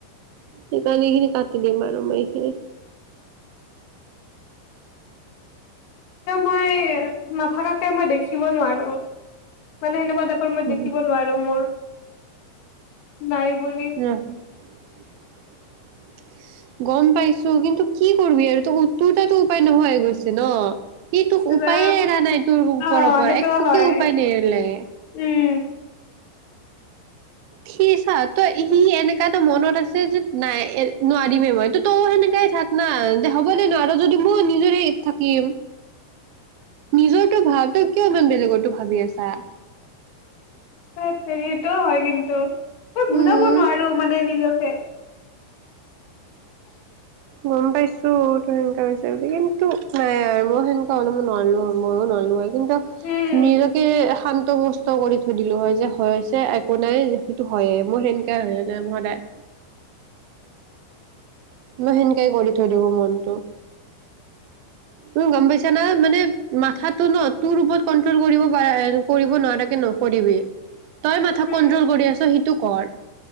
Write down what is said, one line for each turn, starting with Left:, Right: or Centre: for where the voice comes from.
Right: সেইকাৰণে এইখিনি কাটি দিম আৰু মই এইখিনি
Left: মই নাফাকাকে মই দেখিব নোৱাৰো মানে সেনেকুৱা
Right: এইখিনি
Left: মই দেখিব নোৱাৰো মোৰ নাই বুলি
Right: উ <unintelligible> গম পাইছো কিন্তু কি কৰিবি আৰু ত উ্তোৰ তাতো উপায় নোহোৱাই গৈছে ন। ই তোক
Left: কিবা
Right: উপায়ে এৰা নাই তোৰ ওপৰ
Left: অ'
Right: পৰা
Left: সেইটো
Right: একোকে
Left: হয়,
Right: উপায় নে এৰি লাগে।
Left: উম।
Right: সি চা তই সি এনেকা তো মনত আছে যে নাই নোৱাৰিমেই মই ত' তয়ো সেনেকাই থাক। নাই দে হ'ব দে নো আৰু যদি মই নিজৰে থাকিম।
Left: <inaudible>
Right: নিজৰটো ভাৱ তই কিয় ইমান বেলেগৰটো ভাবি আছা?
Left: ধেৎ তেৰি সেইটোও হয় কিন্তু মই বুজাব
Right: উম
Left: নোৱাৰো মানে নিজকে। <unintelligible>
Right: গম পাইছো তোৰ সেনেকা হৈছে কিন্তু নাই আৰু মই সেনেকা হ'লে মই নোৱাৰলো মইও নোৱাৰলো হয়। কিন্তু
Left: উম,
Right: নিজকে শান্ত সুষ্ঠ কৰি থৈ দিলো হয় যে হৈছে একো নাই সেইটো হয়ে মই সেনেকাই হয় সদায়। মই সেনেকাই কৰি থৈ দিও মনটো।
Left: <inaudible>
Right: তুমি গম পাইছা না, মানে মাথাটো ন তোৰ ওপৰত কন্ট্ৰল কৰিব পাৰা- কৰিব নোৱাৰাকে নকৰিবি।
Left: <inaudible>
Right: তই মাথাক
Left: উম,
Right: কন্ট্ৰল কৰি আছা সেইটো কৰ।